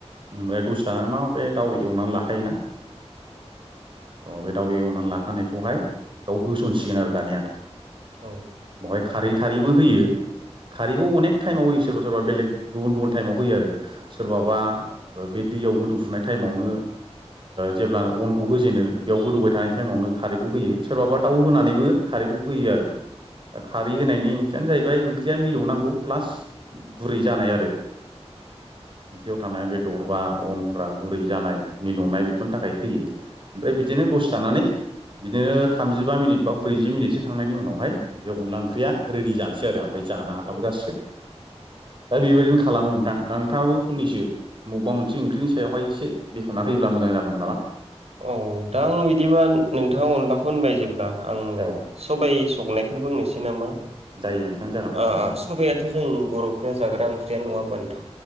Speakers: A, on the right; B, on the right.
A: ओमफाय दसे थानानै मा बे दाउ एवनानै लाखायोना
B: औ
A: अ बे दाउ एवनानै लाखानायखौहाय बेयाव होसनसिगोन आरो दानिया
B: औ
A: बेवहाय खारै थारैबो होयो खारैखौ अनेक टाइमाव होयो सोरबा सोरबा बेलेग गुबुन गुबुन टाइमाव होयो आरो सोरबाबा बे दैयाव गोदौफुनाय टाइमावनो जेब्ला अनखौ होजेनो बेयाव गोदौबाय थानाय टाइमावनो खारैखौ होयो सोरबाबा दाउ होनानैबो खारैखौ होयो आरो दा खारै होनायनि ओंथियानो जाहै ओमफ्राय ओंख्रिया मिलौनांगौ प्लास गुरै जानाय आरो ओंख्रियाव थानाय बे दरबा अनफ्रा गुरै जानाय मिलौनाय बेफोरनि थाखाय होयो ओमफ्राय बिदिनो दसे थानानै बिदिनो थामजिबा मिनिट बा ब्रैजि मिनिटसो थांनायनि उनावहाय बे अनला ओंख्रिया रेडि जानोसै आरो ओमफ्राय जा जानो हाथाव जासिगोन दा बे बादिनो‌ खा खालामो नोंथां दा नोंथाङाबो फंनैसो मबबा मोनसे ओंख्रिनि सायावहाय एसे बेखा वना होयोब्ला मोजां जागौमोन नामा।
B: औ दा आं बिदिबा नोंथाङा अनलाखौ होनबाय जेब्ला आं
A: औ
B: सबाय सौनाय खौनो बुंनोसै नामा
A: जायो नोंथां जागोन
B: ओ ओ सबाइआथ जों बर'फोरा जाग्रा ओंख नङा होम्बा नोंथां